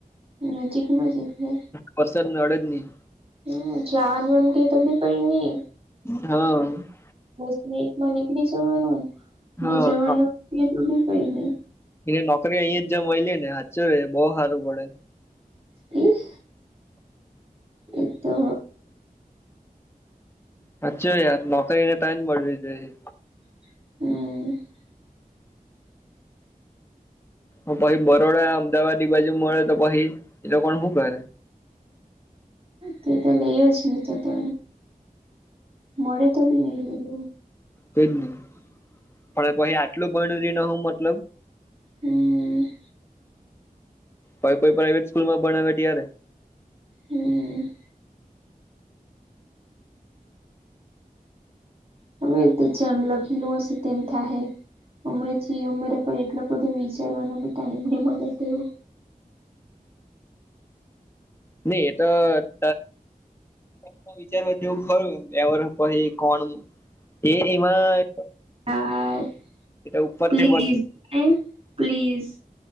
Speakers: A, on the right (about 40°); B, on the left (about 15°).
A: નજીકમાં જ એટલે
B: વરસાદ ને અડે જ નહી.
A: હમ ચાંદમ ક તો બી પડી ની.?
B: હા.
A: દસ મિનિટ માં નીકળી જવાનું હી
B: હા
A: જવાનું તો બી કઈ નહી.
B: એને નોકરી અહીં જમ મળય લે ને સાચ એ બહુ સારું પડે.
A: એજ એતો
B: સાચો યાર નોકરીને ટાઈમ મળવી જોઈએ.
A: હ. <inaudible>
B: હ પહી બરોડા અમદાવાદ ઇ બાજુ મળે તો પછી એ લોકોણ શું કરે.?
A: તે તો લઈ જ હી તો તો. મળે તો બી ની લેવું.
B: તેજ ને પણ પછી આટલું ભનયુ ને હું મતલબ?
A: હ
B: પણ કોઈ પ્રાાઈવેટ સ્કૂલ માં ભણાવે ત્યારે,
A: હમ <inaudible> હવે તો જેમ લખેલું હશે તેમ થશે. હમણાં જે અમારા પાસે એટલો બધો વિચારવાનો બી ટાઈમ નહી મળે. તેવો
B: નહી એતો તા વિચારવા જેવું ખરું. બે વર્ષ પછી કોણ એ એમાં
A: આર
B: ઉપરથી
A: પ્લીઝ હા પ્લીઝ.